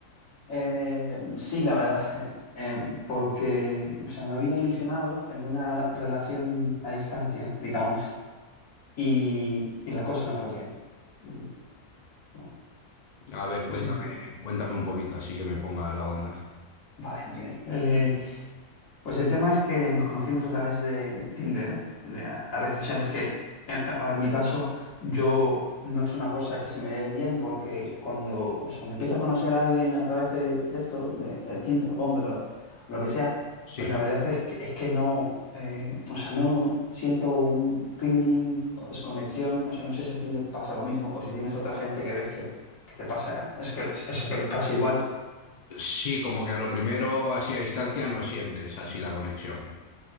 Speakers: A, on the left; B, on the left.
A: eh, sí, la verdad, eh, eh, porque, o sea, me había ilusionado en una relación a distancia, digamos, y, y la cosa no fue bien. Mm, No
B: A ver, cuéntame,
A: no sé si-
B: cuéntame un poquito, así que me ponga la onda.
A: Vale, muy bien. Eh, Pues el tema es que nos conocimos a través de Tinder, de la- las redes sociales que, eh, a ver, en mi caso, yo no es una cosa que se me dé bien porque cuando, o sea, cuando empiezo a conocer a alguien a través de, de esto, de, de Tinder, o Bumble o, o lo que sea,
B: Sí,
A: pues la verdad es que, es que no, eh, o sea, no siento un feeling, o es conexión, o sea, no sé si a ti te pasa lo mismo o si tienes otra gente que ves que, que te pasa, eso que, eso que les pasa igual.
B: sí, como que a lo primero, así a distancia, no sientes así la conexión.